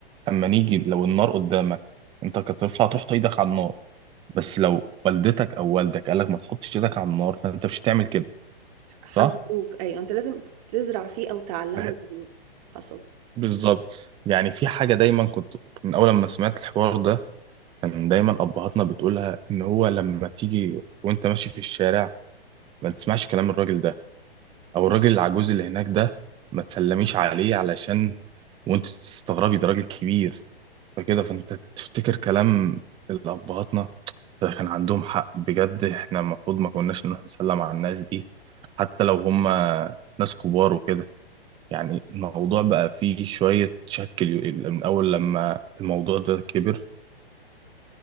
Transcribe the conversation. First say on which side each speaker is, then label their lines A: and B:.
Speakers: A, on the right (about 15°); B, on the right (about 40°).
A: أما نيجي لو النار قدامك أنت كطفل هتروح تحط على النار بس لو والدتك أو والدك قالك ما تحطش إيدك على النار فأنت مش هتعمل كده
B: حذروك
A: صح؟
B: ايوه انت لازم تزرع فيه او تعلمه
A: فه-
B: الاول حصل
A: بالظبط يعني في حاجة دايما كنت من أول ما سمعت الحوار ده كان دايما أبهاتنا بتقولها إن هو لما تيجي وأنت ماشي في الشارع ما تسمعش كلام الراجل ده او الراجل العجوز اللي هناك ده ما تسلميش عليه علشان وانت تستغربي ده راجل كبير فكده فانت تفتكر كلام الابهاتنا فكان عندهم حق بجد احنا المفروض ما كناش نروح نسلم على الناس دي حتى لو هم ناس كبار وكده يعني الموضوع بقى فيه شوية شك اليو- من أول لما الموضوع ده كبر